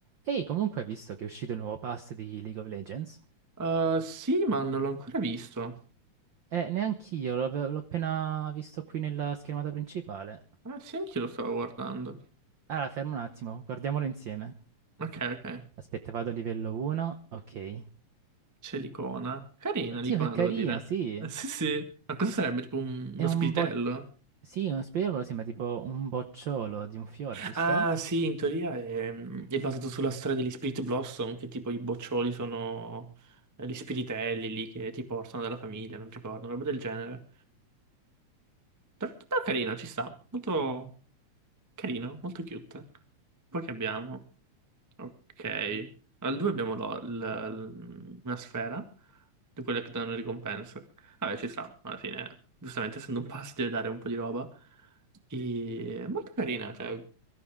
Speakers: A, on the right (about 80°); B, on the right (about 30°).
A: Ehi, comunque, hai visto che è uscito il nuovo pass di League of Legends?
B: Uh, sì, ma non l'ho ancora visto.
A: Eh, neanch'io, l'ho l'ho appena visto qui nella schermata principale.
B: Ah, sì, anch'io lo stavo guardando.
A: Allora, fermo un attimo, guardiamolo insieme.
B: Ok, ok.
A: Aspetta, vado a livello 1, ok.
B: C'è l'icona. Carina
A: Oddio,
B: l'icona,
A: che carina,
B: devo dire.
A: sì.
B: <laughs> Eh, Sì, sì. Ma cosa sarebbe? Tipo un-
A: È
B: uno
A: un
B: spiritello?
A: bo... Sì, uno spiegamolo sembra tipo un bocciolo di un fior, giusto?
B: Ah, sì, in teoria è, è basato sulla storia degli Spirit Blossom, che tipo i boccioli sono eh, gli spiritelli lì che ti portano dalla famiglia, non ricordo, roba del genere. Però, però carino, ci sta. Molto carino, molto cute. Poi che abbiamo? Ok. Al 2 abbiamo lo- l- l- una sfera di quelle che danno ricompense. Vabbè, ci sta, alla fine. Giustamente, essendo un pass, deve dare un po' di roba. E è molto carina. Cioè...